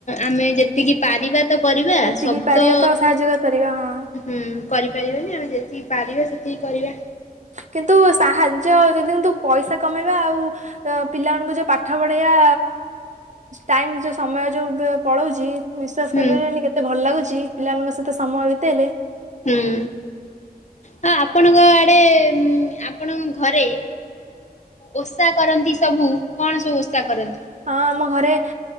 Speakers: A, on the left; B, on the right.
A: ଆମେ ଯେତିକି ପାରିବା ତ କରିବା
B: ଯେତିକି
A: ସବୁ
B: ପାରିବା
A: ତ
B: ସାହାଯ୍ୟ କରିପାରିବା ହଁ
A: ହୁଁ କରିପାରିବନି ଆମେ ଯେତିକି ପାରିବା ସେତିକି କରିବା।
B: କିନ୍ତୁ ସାହାଯ୍ୟ ଯଦି କିନ୍ତୁ ପଇସା କମେଇବା ଆଉ ତ ପିଲାମାନଙ୍କୁ ଯଉ ପାଠ ପଢ଼େଇଆ ଟାଇମ ଯେଉ ସମୟ ଯୋଉ ପଳାଉଛି ବିଶ୍ଵାସ
A: ହୁଁ
B: କରିପାରିବନି କେତେ ଭଲ ଲାଗୁଛି ପିଲାମାନଙ୍କ ସହିତ ସମୟ ବିତେଇଲେ
A: ହୁଁ ହ ଆପଣଙ୍କ ଆଡେ ଆପଣଙ୍କ ଘରେ ଓଷା କରନ୍ତି ସବୁ କଣ ସବୁ ଓଷା କରନ୍ତି?
B: ହଁ ଆମ ଘରେ